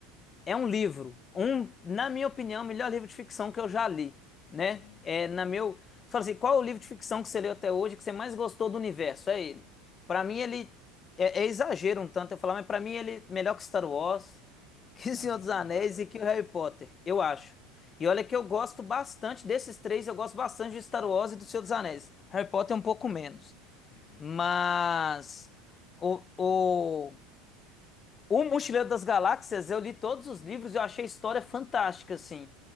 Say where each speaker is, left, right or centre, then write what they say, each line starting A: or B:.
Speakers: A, on the left (about 25°); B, on the left (about 70°).
A: é um livro, um, na minha opinião, o melhor livro de ficção que eu já li, né?
B: Uhum.
A: É na meu, você fala assim, qual é o livro de ficção que você leu até hoje que você mais gostou do universo? É ele. Pra mim ele é, é exagero um tanto eu falar, mas pra mim ele é melhor que Star Wars, <laughs> que
B: Caramba.
A: O Senhor dos Anéis e que o Harry Potter, eu acho. E olha que eu gosto bastante desses três, eu gosto bastante de Star Wars e do Senhor dos Anéis. Harry Potter é um pouco menos,
B: Uhum.
A: mas o, o o Mochileiro das Galáxias, eu li todos os livros e eu achei a história fantástica, assim.